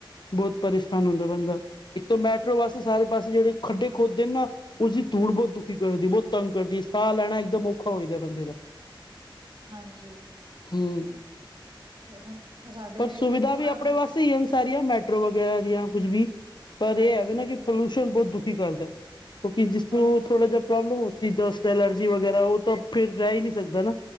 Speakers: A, on the left (about 60°); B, on the right (about 55°).
A: ਬੋਤ ਪਰੇਸ਼ਾਨ ਹੁੰਦਾ ਬੰਦਾ। ਇੱਕ ਤੋ ਮੈਟਰੋ ਵਾਸਤੇ ਸਾਰੇ ਪਾਸੇ ਜੇਹੜੇ ਖੱਡੇ ਖੋਦ ਦੇ ਨਾ। ਓਸਦੀ ਧੂੜ ਬੋਤ ਦੁਖੀ ਕਰਦੀ ਏ, ਬੋਤ ਤੰਗ ਕਰਦੀ ਏ, ਸਾਹ ਲੈਣਾ ਇੱਕਦਮ ਔਖਾ ਹੋ ਜਾਂਦਾ ਬੰਦੇ ਦਾ।
B: ਹਾਂਜੀ।
A: ਹੂੰ,
B: ਤੇ ਹੁਣ ਸਾਡੇ
A: ਪਰ
B: ਵੀ
A: ਸੁਵਿਧਾ
B: ਇੱਥੇ ਪੂਰਾ
A: ਵੀ ਆਪਣੇ
B: ਮਤਲਬ
A: ਵਾਸਤੇ ਈ ਐਨ ਸਾਰੀਆਂ ਮੈਟ ਮੈਂਟਰੋਂ ਵਗੈਰਾ ਦਿਆਂ, ਜਾਂ ਕੁਛ ਵੀ ਪਰ
B: ਹਾਂਜੀ
A: ਏ ਹੈ ਵੇ ਨਾ ਕਿ ਪੋਲਿਊਸ਼ਨ ਬੋਤ ਦੁਖੀ ਕਰਦਾ ਐ, ਕਿਉਂਕਿ ਜਿਸਨੂੰ
B: ਪੋਲਿਊਸ਼ਨ
A: ਥੋੜ੍ਹਾ ਜਾ ਪ੍ਰੋਬਲਮ ਹੋਸੀ ਡਸਟ ਐਲਰਜੀ ਵਗੈਰਾ, ਓ ਤਾਂ ਫਿਰ ਰਹਿ ਈ ਨੀ ਸਕਦਾ ਨਾ।